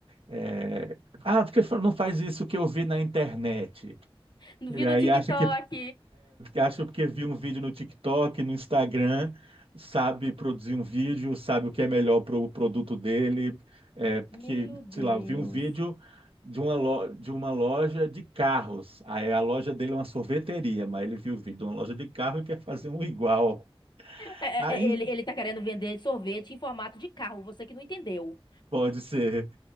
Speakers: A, on the right (about 70°); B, on the left (about 50°).
A: Eh, ah, porque fa- não faz isso que eu vi na internet.
B: Vi
A: E
B: no
A: aí
B: TikTok.
A: acha que Acho porque vi um vídeo no TikTok, no Instagram, sabe produzir um vídeo, sabe o que é melhor para o produto dele. É, porque,
B: Meu Deus.
A: sei lá, eu vi um vídeo de uma, lo- de uma loja de carros. Aí a loja dele é uma sorveteria, mas ele viu o vídeo de uma loja de carro e quer fazer um igual.
B: É,
A: Aí
B: é, é, ele, ele tá querendo vender sorvete em formato de carro, você que não entendeu.
A: pode ser.